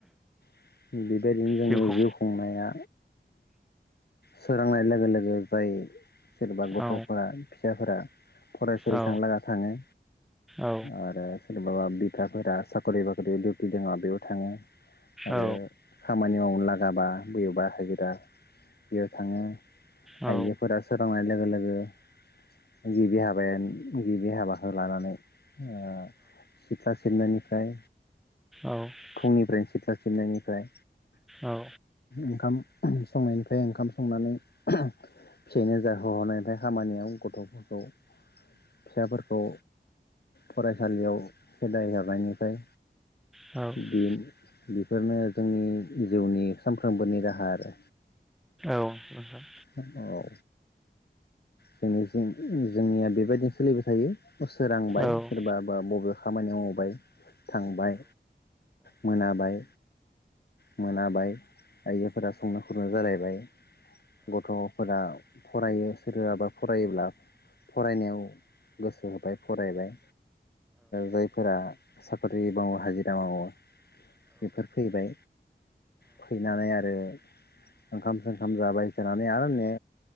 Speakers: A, on the left (about 60°); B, in the centre.
A: <unintelligible> बेबायदिनो जोंनि
B: जिउखौ
A: जिउ खुंनाया सोरोंनाय लोगो लोगो जाय सोरबा गथ'फोरा
B: औ
A: फिसाफोरा फरायसालि
B: औ
A: थांलागा थाङो
B: औ
A: आरो सोरबाबा बिफाफोरा साखरि बाखरि डिउटि दोङ बेयाव थाङो आरो
B: औ
A: खामानि मावनो लागाबा बोयोबा हाजिरा बेयाव थाङो
B: औ
A: आइजोफोरा सोरांनाय लोगो लोगो गिबि हाबायानो गिबि हाबाखौ लानानै ओ सिथ्ला सिबनायनिफ्राय
B: औ
A: फुंनिफ्रायनो सिथ्लाब सिबनायनिफ्राय
B: औ
A: ओंखाम संनायनिफ्राय ओंखाम संनानै फिसाइनो जाहोहोननायनिफ्राय खामानियाव गथ'फोरखौ फिसाफोरखौ फरायसालियाव खेदाय हारनायनिफ्राय
B: औ औ
A: बिन <unintelligible> बिफोरनो जोंनि जिउनि सानफ्रोमबोनि राहा आरो
B: नोंथां
A: हो औ जोंनि जोंनि जोंनिया बेबायदिनो सोलिबाय थायो हर सोरांबाय
B: औ
A: सोरबाबा बबे खामानि मावबाय थांबाय मोनाबाय। मोनाबाय आइजोफोरा संनो खुरनो जालायबाय गथ'फोरा फरायो सोरबाबा फरायोब्ला फरायनायाव गोसो होबाय फरायबाय जायफोरा साख्रि मावो हाजिरा मावो बेफोर फैबाय फैनानै आरो ओंखाम सोंखाम जाबाय जानानै आरो ने